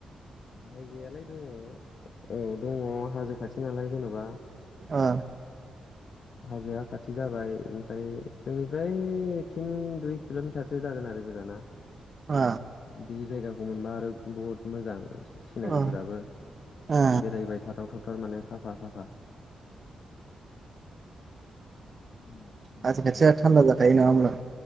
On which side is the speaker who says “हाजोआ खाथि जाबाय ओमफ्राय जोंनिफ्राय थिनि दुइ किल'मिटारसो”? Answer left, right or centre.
Left